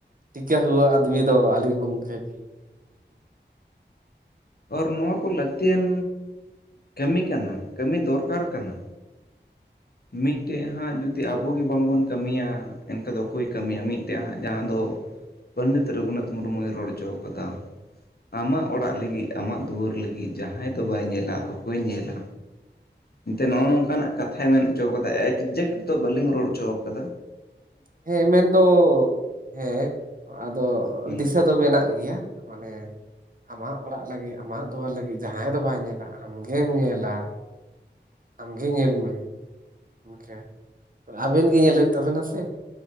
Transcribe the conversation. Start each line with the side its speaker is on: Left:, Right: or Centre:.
Right: ᱴᱤᱠᱟᱹ ᱦᱩᱣᱟᱹ ᱟᱫᱢᱤ ᱫᱚ ᱟᱹᱞᱤᱧ ᱦᱚᱸ ᱚᱱᱠᱟ ᱜᱮ ᱾
Left: ᱟᱨ ᱱᱚᱣᱟ ᱠᱚ ᱞᱟᱹᱠᱛᱤᱭᱟᱱ, ᱠᱟᱹᱢᱤ ᱠᱟᱱᱟ ᱠᱟᱹᱢᱤ ᱫᱚᱨᱠᱟᱨ ᱠᱟᱱᱟ ᱢᱤᱫ, ᱴᱮᱡ ᱦᱟᱸᱜ ᱡᱩᱫᱤ ᱟᱵᱚᱮ ᱵᱟᱝᱵᱚᱱ ᱠᱟᱹᱢᱤᱭᱟ ᱮᱱᱠᱟ ᱫᱚ ᱚᱠᱚᱭ ᱠᱟᱹᱢᱤᱭᱟ ᱢᱤᱫᱴᱮᱡ ᱦᱟᱸᱜ ᱡᱟᱦᱟᱸ ᱫᱚ, ᱯᱟᱱᱰᱤᱛ ᱨᱚᱜᱷᱩᱱᱟᱛᱷ ᱢᱩᱨᱢᱩᱭ ᱨᱚᱲ ᱦᱚᱪᱚ ᱠᱟᱫᱟ ᱟᱢᱟᱜ ᱚᱲᱟᱜ ᱞᱟᱹᱜᱤᱜ, ᱟᱢᱟᱜ ᱫᱩᱣᱟᱹᱨ ᱞᱟᱹᱜᱤᱜ ᱡᱟᱦᱟᱸᱭ ᱫᱚ ᱵᱟᱭ ᱧᱮᱞᱟ ᱚᱠᱚᱭ ᱧᱮᱞᱟ? ᱮᱱᱛᱮ ᱱᱚᱜᱼᱚ ᱱᱚᱝᱠᱟᱱᱟᱜ ᱠᱟᱛᱷᱟᱭ ᱢᱮᱱ ᱚᱪᱚᱣ ᱠᱟᱫᱟ ᱮᱠᱡᱮᱠᱴ ᱫᱚ ᱵᱟᱹᱞᱤᱧ ᱨᱚᱲ ᱚᱪᱚᱣ ᱠᱟᱫᱟ᱾
Right: ᱦᱮᱸ ᱢᱮᱱᱫᱚ ᱦᱮᱸ ᱟᱫᱚ
Left: ᱢᱮᱱᱟᱜᱼᱟ᱾
Right: ᱫᱤᱥᱟᱹ ᱫᱚ ᱢᱮᱱᱟᱜ ᱜᱮᱭᱟ ᱢᱟᱱᱮ ᱟᱢᱟᱜ ᱚᱲᱟᱜ ᱞᱟᱹᱜᱤᱜ ᱟᱢᱟᱜ ᱫᱩᱣᱟᱹᱨ ᱞᱟᱹᱜᱤᱜ ᱡᱟᱦᱟᱸᱭ ᱫᱚ ᱵᱟᱭ ᱧᱮᱞᱟ, ᱟᱢ ᱜᱮᱢ ᱧᱮᱞᱟ᱾ ᱟᱢ ᱜᱮ ᱧᱮᱞ ᱢᱮ ᱤᱱᱠᱟᱹ ᱟᱵᱮᱱ ᱜᱮ ᱧᱮᱞ ᱦᱩᱭᱩᱜ ᱛᱟᱵᱮᱱᱟ ᱥᱮ᱾